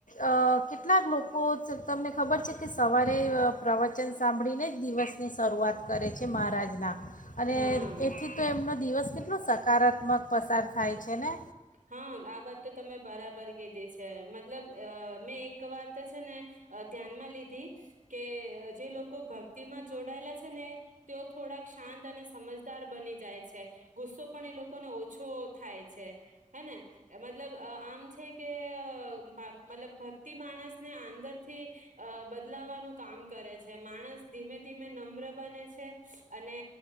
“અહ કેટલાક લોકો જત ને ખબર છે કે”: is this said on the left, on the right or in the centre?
Left